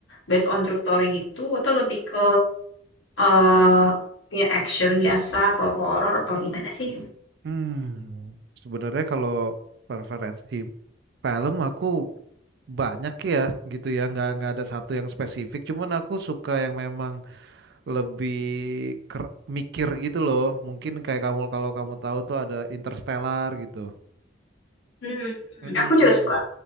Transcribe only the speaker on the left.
based on true story gitu atau lebih ke eh ya action biasa atau horor atau gimana sih?
Hmm, hmm,
aku juga suka.